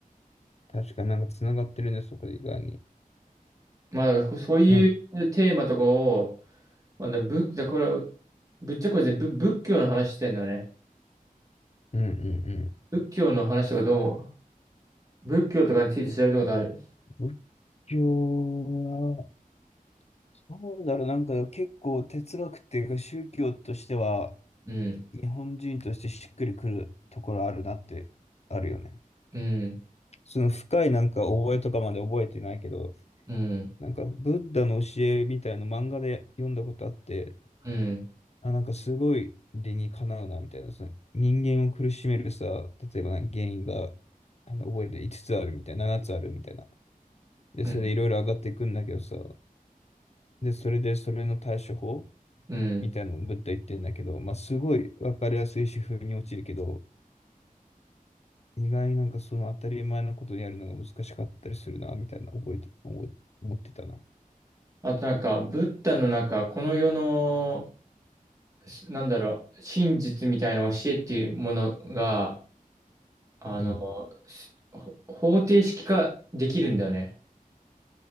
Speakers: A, on the left (about 45°); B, on the right (about 25°).
A: 確かになんかつながってるね、そこで意外に。
B: まあだからこそういうテーマとかを、
A: うん、
B: まあ、だ、仏、だ、これ、ぶっちゃけこれ全部仏教の話してんだよね。
A: うんうん
B: 仏教の話とかどう思う仏教とかについて調べたことある。
A: うん。仏教は、そうだろう、なんか結構哲学っていうか宗教としては、
B: うん、
A: 日本人としてしっくりくるところあるなって、あるよね。
B: うん、
A: その深いなんか覚えとかまで覚えてないけど、
B: うん、
A: なんかブッダの教えみたいな漫画で読んだことあって、
B: うん、
A: あなんかすごいでにかなうなみたいなさ人間を苦しめるさ例えばな原因があの覚えて五つあるみたいな七つあるみたいなでそれでいろいろ上がっていくんだけどさ
B: うん、
A: でそれでそれの対処法
B: うん。
A: みたいのぶっ飛んでいってるんだけどまあすごいわかりやすい主婦に落ちるけど意外なんかその当たり前のことやるのが難しかったりするなみたいな覚えてお思ってたな
B: あとなんか、ブッダのなんか、この世の、しなんだろう、真実みたいな教えっていうものが、あの、
A: うん
B: すほ方程式化できるんだよね。